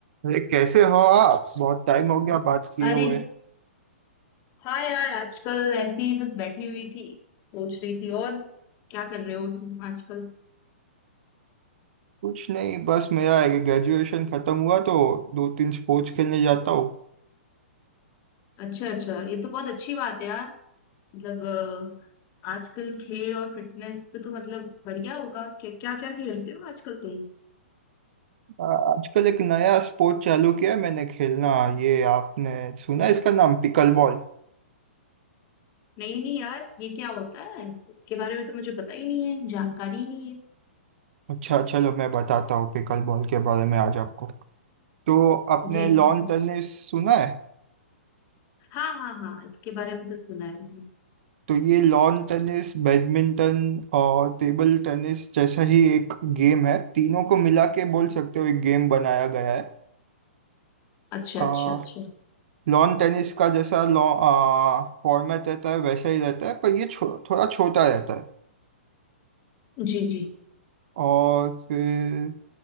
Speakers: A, on the right; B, on the left.
A: अरे कैसे हो आप बहुत टाइम हो गया बात किए
B: अरे
A: हुए
B: हाँ यार आजकल ऐसी ही बस बैठी हुई थी सोच रही थी और क्या कर रहे हो तुम आजकल
A: कुछ नहीं बस मेरा ग्रेजुएशन खत्म हुआ तो दो तीन स्पोर्ट्स खेलने जाता हूँ
B: अच्छा अच्छा ये तो बहुत अच्छी बात है यार मतलब अ, आजकल खेल और फिटनेस पे तो मतलब बढ़िया होगा क्या क्या क्या खेलते हो आजकल तुम
A: आ- आजकल एक नया स्पोर्ट चालू किया है मैंने खेलना ये आपने सुना है इसका नाम पिकल बॉल
B: नहीं नहीं यार ये क्या होता है इसके बारे में तो मुझे पता ही नहीं है जानकारी ही नहीं है
A: अच्छा चलो मैं बताता हूँ पिकल बॉल के बारे में आज आपको तो आपने
B: जी
A: लॉन
B: जी बिल्कुल
A: टेनिस सुना है
B: हाँ हाँ हाँ इसके बारे में तो सुना है मैंने
A: तो ये लॉन टेनिस बैडमिंटन और टेबल टेनिस जैसा ही एक गेम है तीनों को मिला के बोल सकते हो एक गेम बनाया गया
B: अच्छा
A: है
B: अच्छा अच्छा
A: लॉन टेनिस का जैसा लॉ फॉर्मेट रहता है वैसा ही रहता है पर ये छो, थोड़ा छोटा रहता है
B: जी जी
A: और फिर